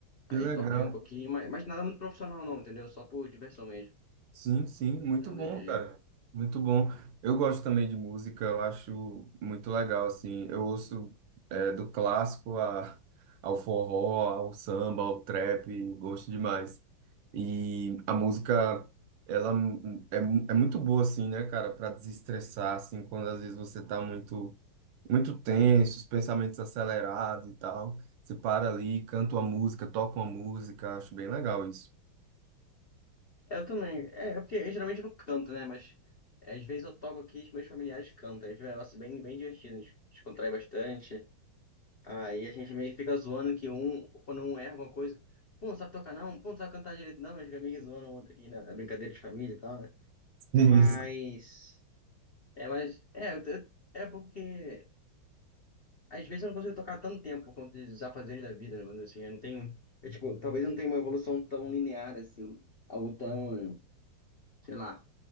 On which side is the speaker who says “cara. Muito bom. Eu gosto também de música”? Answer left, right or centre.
Right